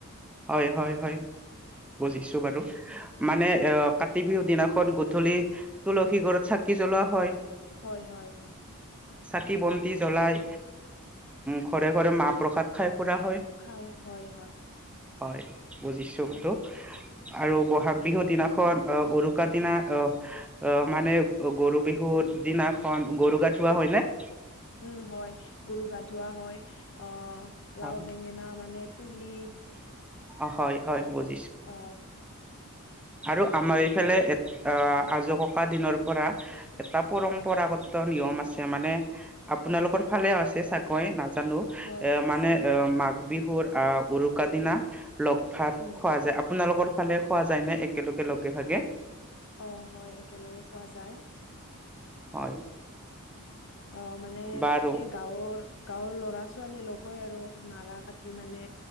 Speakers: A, in the centre; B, on the left.
A: হয়-হয়- হয় বুজিছো বাৰু মানে
B: হয়
A: এ কাতি বিহু দিনা খন গধূলি তুলসী গৰত চাকি জ্বলোৱা হয়।
B: হয়-হয়।
A: খাকি বন্তি জ্বলাই ঘৰে- ঘৰে মাহ প্ৰসাদ খাই। ফুৰা হয়
B: খাই হয়-হয়।
A: হয় বুজিছো বাৰু আৰু বহাগ বিহুৰ দিনাখন আহ উৰুকাৰ দিনা অ, মানে গৰু বিহুৰ দিনাখন গৰু গা ধওৱা হয়নে।
B: উম, হয়। গৰু গা ধোৱা হয় অ, লাও
A: হয়
B: বেঙেনা মানে তুলি
A: অ, হয়-হয় বজ
B: অহ ',
A: আৰু আমাৰ এইফালে এ অহ, আজো ককা দিনৰ পৰা। এটা পৰম্পৰাগত
B: অ
A: নিয়ম আছে মানে আপোনালোকৰ ফালে আছে চাগৈ ন। জানো
B: হয়
A: এ
B: আছে
A: মানে অহ, মাঘ বিহুৰ আহ উৰুকা দিনা। লগ ভাগ
B: উম
A: খোৱা যায়। আপোনালোকৰ ফালে খোৱা যায় নে একেলগে লগে ভাগে।
B: অ, হয় একেলগে খোৱা যায়।
A: হয়
B: অ, মানে
A: বাৰু
B: এই গাৱৰ গাৱৰ ল'ৰা ছোৱালী লগ হৈ আৰু নাৰা কাটি মানে